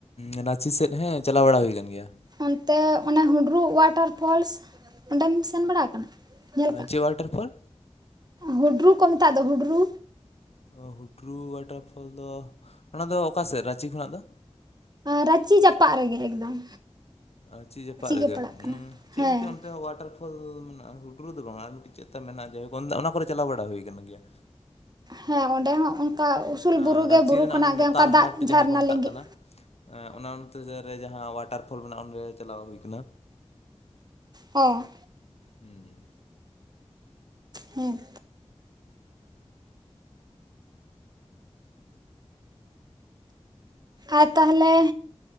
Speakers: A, on the left; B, on the right.
A: ᱮᱸ ᱨᱟᱸᱪᱤ ᱥᱮᱫ ᱦᱮᱸ ᱪᱟᱞᱟᱣ ᱵᱟᱲᱟ ᱦᱩᱭ ᱠᱟᱱ ᱜᱮᱭᱟ
B: ᱚᱱᱛᱮ ᱚᱱᱮ ᱦᱩᱰᱨᱩᱜ ᱚᱣᱟᱴᱟᱨ ᱯᱷᱚᱞᱥ ᱚᱸᱰᱮᱢ ᱥᱮᱱ ᱵᱟᱲᱟ ᱟᱠᱟᱱᱟ ᱧᱮᱞ ᱠᱟᱜᱼᱟ
A: ᱪᱮᱫ ᱚᱣᱟᱴᱟᱨ ᱯᱷᱚᱞ
B: ᱦᱩᱰᱨᱩ ᱠᱚ ᱢᱮᱛᱟᱜ ᱫᱚ ᱦᱩᱰᱨᱩ
A: ᱚ ᱦᱩᱰᱨᱩ ᱚᱣᱟᱴᱟᱨᱯᱷᱚᱞ ᱫᱚ ᱚᱱᱟ ᱫᱚ ᱚᱠᱟ ᱥᱮᱫ ᱨᱟᱸᱪᱤ ᱠᱷᱚᱱᱟᱜ ᱫᱚ
B: ᱨᱟᱸᱪᱤ ᱡᱟᱯᱟᱜ ᱨᱮᱜᱮ ᱮᱠᱫᱚᱢ
A: ᱨᱟᱸᱪᱤ ᱡᱟᱯᱟᱜ ᱨᱮᱜᱮ
B: ᱜᱮ ᱯᱟᱲᱟᱜ ᱠᱟᱱᱟ
A: ᱩᱸ ᱪᱮᱫ
B: ᱦᱮᱸ
A: ᱢᱤᱫᱴᱮᱡ ᱚᱱᱛᱮ ᱚᱣᱟᱴᱟᱨ <unintelligible> ᱦᱩᱰᱨᱩ ᱫᱚ ᱵᱟᱝ ᱟᱨ ᱢᱤᱫᱴᱤᱡ ᱪᱮᱫ ᱛᱟᱱ ᱢᱮᱱᱟᱜᱼᱟ ᱡᱟᱭᱦᱚᱠ ᱚᱱᱟ ᱠᱚᱨᱮ ᱪᱟᱞᱟᱣ ᱵᱟᱲᱟ ᱦᱩᱭ ᱠᱟᱱ ᱜᱮᱭᱟ
B: ᱦᱮᱸ ᱚᱸᱰᱮ ᱦᱚᱸ ᱚᱱᱠᱟ ᱩᱥᱩᱞ
A: ᱟᱨ
B: ᱵᱩᱨᱩ ᱜᱮ
A: ᱨᱟᱸᱪᱤ
B: ᱵᱩᱨᱩ
A: ᱨᱮᱱᱟᱜ
B: ᱠᱷᱚᱱᱟᱜ
A: ᱚᱱᱟ
B: ᱜᱮ
A: ᱱᱮᱛᱟᱨ
B: ᱚᱱᱠᱟ ᱫᱟᱜ
A: ᱦᱟᱴ
B: ᱡᱷᱟᱨᱱᱟ
A: ᱡᱟᱦᱟᱸ ᱠᱚ ᱢᱮᱛᱟᱜ
B: ᱞᱤᱸᱜᱤᱜ
A: ᱠᱟᱱᱟ ᱮᱸ ᱚᱱᱟ ᱚᱱᱛᱮ ᱨᱮ ᱡᱟᱦᱟᱸ ᱚᱣᱟᱴᱟᱨ ᱯᱷᱚᱞ ᱢᱮᱱᱟᱜᱼᱟ ᱚᱸᱰᱮ ᱪᱟᱞᱟᱣ ᱦᱩᱭ ᱠᱟᱱᱟ
B: ᱚ
A: ᱦᱩᱸ ᱦᱩᱸ
B: ᱦᱮᱸ ᱟᱨ ᱛᱟᱦᱮᱞᱮ